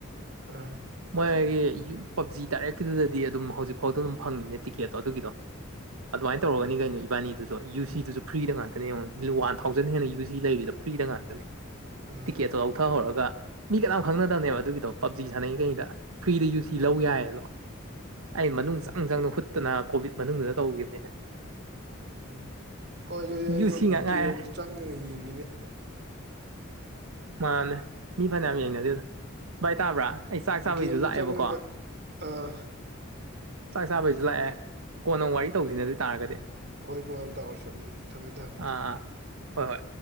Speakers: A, on the right; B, on the right.
A: ꯎꯝ
B: ꯃꯣꯏꯒꯤ ꯄꯞꯖꯤ ꯇꯗꯥꯏꯔꯦꯀꯤꯗꯨꯗꯗꯤ ꯑꯗꯨꯝ ꯍꯧꯖꯤꯛꯐꯥꯎꯗ ꯑꯗꯨꯝ ꯐꯪꯉꯤꯅꯦ ꯇꯤꯛꯀꯦꯠꯇꯣ ꯑꯗꯨꯒꯤꯗꯣ
A: <unintelligible>
B: ꯑꯗꯨꯃꯥꯏꯅ ꯇꯧꯔꯒꯅꯤ ꯀꯩꯅꯣ ꯏꯕꯥꯅꯤꯗꯨꯁꯨ ꯑꯗꯣ ꯌꯨ ꯁꯤꯗꯨꯁꯨ ꯐ꯭ꯔꯤꯗ ꯉꯥꯛꯇꯅꯦ ꯌꯦꯡꯉ ꯋꯥꯟ ꯊꯥꯎꯖꯟ ꯍꯦꯟꯅ ꯌꯨ ꯁꯤ ꯂꯩꯔꯤꯗꯣ ꯐ꯭ꯔꯤꯗ ꯉꯥꯛꯇꯅꯦ
A: ꯎꯝ
B: ꯇꯤꯛꯀꯦꯠꯇꯣ ꯂꯧꯊꯍꯧꯔꯒ ꯃꯤ ꯀꯅꯥꯝ ꯈꯪꯅꯗꯕꯅꯦꯕ ꯑꯗꯨꯒꯤꯗꯣ ꯄꯞꯖꯤ ꯁꯥꯟꯅꯩꯈꯩꯗ ꯐ꯭ꯔꯤꯗ ꯌꯨ ꯁꯤ ꯂꯧ ꯌꯥꯏ ꯑꯗꯣ ꯑꯩ ꯃꯅꯨꯡ
A: ꯎꯝ
B: ꯆꯪ ꯆꯪꯗꯅ ꯍꯨꯠ ꯇꯅ ꯀꯣꯚꯤꯠ ꯃꯅꯨꯡꯗꯨꯗ ꯇꯧꯈꯤꯕꯅꯤꯅꯦ
A: ꯎꯝ ꯍꯣꯏ ꯑꯗꯨꯗꯤ ꯑꯩꯁꯨ
B: ꯌꯨ ꯁꯤ ꯉꯥꯛ ꯉꯥꯏꯔꯦ
A: ꯒꯦꯝꯗ ꯆꯪꯉꯥ ꯌꯦꯡꯒꯅꯦ
B: ꯃꯥꯅꯦ ꯃꯤ ꯐꯅꯌꯥꯝ ꯌꯦꯡꯅꯔꯤꯗ ꯚꯥꯏ ꯇꯥꯕ꯭ꯔꯥ ꯑꯩ ꯆꯥꯛ ꯆꯥꯕꯩꯗꯨ
A: ꯒꯦꯝꯗ
B: ꯂꯥꯛꯑꯦꯕꯀꯣ
A: ꯆꯪꯉꯒ ꯑꯥ
B: ꯆꯥꯛ ꯆꯥꯕꯩꯁꯨ ꯂꯥꯛꯑꯦ ꯀꯣꯟꯅ ꯑꯃꯨꯛ ꯋꯥꯔꯤ ꯇꯧꯁꯤꯅꯦ ꯑꯗꯨꯏꯇꯥꯥꯔꯒꯗꯤ
A: ꯍꯣꯏ ꯀꯣꯟꯅ ꯇꯧꯔꯁꯦ ꯑꯃꯨꯃꯨꯛ ꯊꯝꯃꯦ ꯊꯝꯃꯦ
B: ꯑꯥ ꯑꯥ ꯍꯣꯏ ꯍꯣꯏ